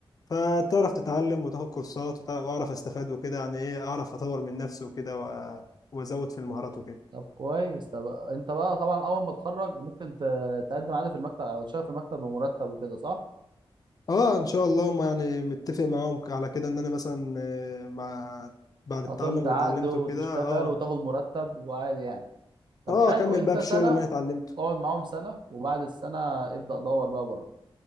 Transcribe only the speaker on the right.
طب كويس طب انت بقى طبعا اول ما تتخرج ممكن ت- تقدم عادي في المكتب او تشتغل في المكتب بمرتب وكده صح؟
هتمضي
عقد
وتشتغل
وتاخد مرتب وعادي يعني طب
حلو
انت
سنة
اقعد معاهم سنة وبعد السنة ابدأ دور بقى بره